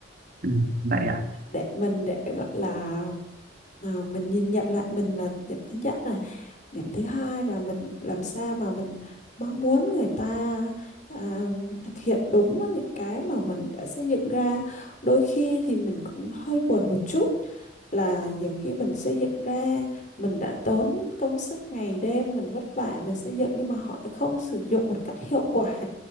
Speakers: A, on the right; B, on the left.
A: ừ, vậy à
B: để mình để gọi là à, mình nhìn nhận lại mình là điểm thứ nhất này điểm thứ hai là mình làm sao mà mình mong muốn người ta à, thực hiện đúng với những cái mà mình đã xây dựng ra đôi khi thì mình cũng hơi buồn một chút là nhiều khi mình xây dựng ra mình đã tốn công sức ngày đêm mình vất vả mình xây dựng nhưng mà họ lại không sử dụng một cách hiệu quả